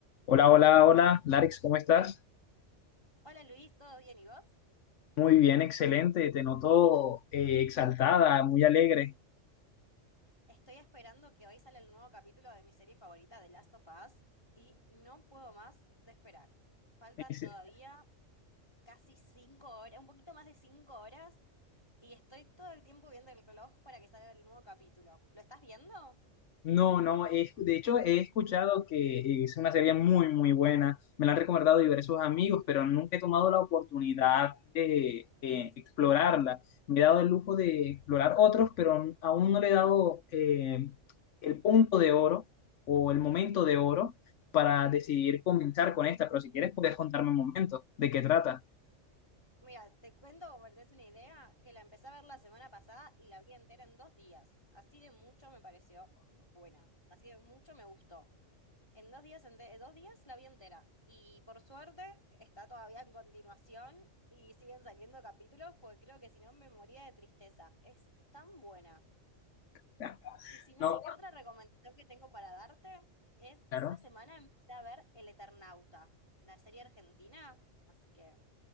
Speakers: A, on the left; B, on the left.
A: Hola, hola, hola, Larix, ¿cómo estás?
B: Hola Luis, ¿todo bien y vos?
A: Muy bien, excelente, te noto eh, exaltada, muy alegre.
B: Estoy esperando que hoy sale el nuevo capítulo de mi serie favorita, The Last of Us, y no puedo más de esperar. Faltan
A: Dice,
B: todavía casi cinco horas, un poquito más de cinco horas, y estoy todo el tiempo viendo el reloj para que salga el nuevo capítulo. ¿Lo estás viendo?
A: No, no, he escu- de hecho he escuchado que es una serie muy, muy buena, me la han recomendado diversos amigos, pero nunca he tomado la oportunidad de eh, explorarla. Me he dado el lujo de explorar otros, pero aún no le he dado eh, el punto de oro o el momento de oro para decidir comenzar con esta, pero si quieres puedes contarme un momento de qué trata.
B: Mira, te cuento, como para que te es una idea, que la empecé a ver la semana pasada y la vi entera en dos días. Así de mucho me pareció buena, así de mucho me gustó. En dos días, ente- dos días la vi entera. Y por suerte está todavía en continuación y siguen saliendo capítulos porque creo que si no me moría de tristeza. Es tan buena.
A: <laughs>
B: Y si no,
A: No,
B: otra recomendación que tengo para darte es que
A: claro.
B: esta semana empecé a ver El Eternauta, la serie argentina. Así que